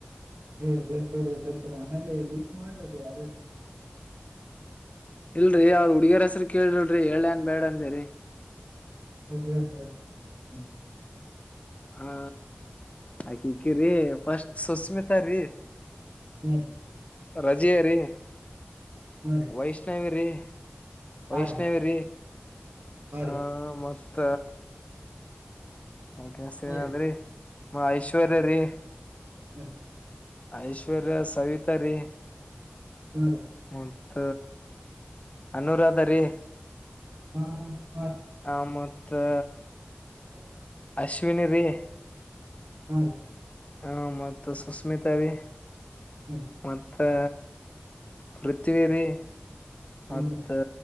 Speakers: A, on the right; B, on the left.
A: ಏ್ ಎ ತ ತ ಆಮೇಲೆ ಲಿಸ್ಟ್ ಮಾಡರದು ಯಾರ
B: ಇಲ್ರರಿ ಅವ್ರ ಹುಡ್ಗಿಯರ ಹೆಸರು ಕೇಳಿಲ್ರರಿ ಹೇಳ ನ್ ಬೇಡ ಅಂದಿರಿ
A: ಹ್ಮ ಹ್ಮ್ ಹ್ಮ್
B: ಹಾ ಆಾಕಕ್ಕಿ್ರರಿ ಫಸ್ಟ್ ಸುಸ್ಮಿತ್ರೀ
A: ಹ್ಮ
B: ರಜಿಯರಿ
A: ಹಾ ರೀ
B: ವೈಷ್ಣವೇರಿ ವೈಷ್ಣವಿರ
A: ಹಾ ರೀ ಹಾ
B: ಹ್ಮ
A: ರೀ
B: ಮತ್ತ ಯ
A: ಹಾ ರೀ
B: ಅದ್ರ ಮಹಶ್ವರರಿೀ
A: ಹ್ಮ
B: ಐಶ್ವರ್ಯ ಸವಿತ ರೀ
A: ಹ್ಮ ರ
B: ಮತ್ತ ಅನುರಾಧ ರೀ
A: ಹ್ಮ
B: ಆ ಮತ್ತೆ
A: ಹೌ
B: ಅಶ್ವಿಿನಿ ರೇ
A: ಹ್ಮ
B: ಹ್ಮ ಮತ್ತ ಸುಸ್ಮಿತಾೀ
A: ಹಾ ರೀ
B: ಮತ್ ಆ ಪೃಥ್ಿವೀರಿ ಮತ್ತ
A: ಹಾ ರೀ